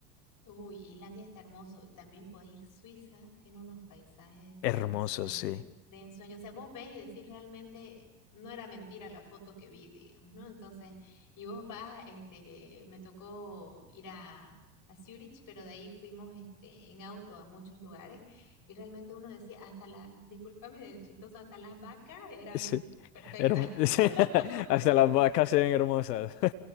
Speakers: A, on the left; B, on the left.
A: Uy, Islandia está hermoso. También podés ir a Suiza, tiene unos paisajes de
B: Hermoso,
A: ensueño,
B: sí.
A: de ensueño. O sea, vos ves y decís realmente, no era mentira la foto que vi, digamos, ¿no? Entonces, y vos vas, este, me tocó ir a, a Zurich, pero de ahí fuimos, este, en auto a muchos lugares y realmente uno decía, hasta las, discúlpame de chistoso, hasta las vacas eran
B: <laughs> Sí.
A: perfectas.
B: Hermo- <laughs> sí,
A: <laughs>
B: hasta las vacas se ven hermosas. <laughs>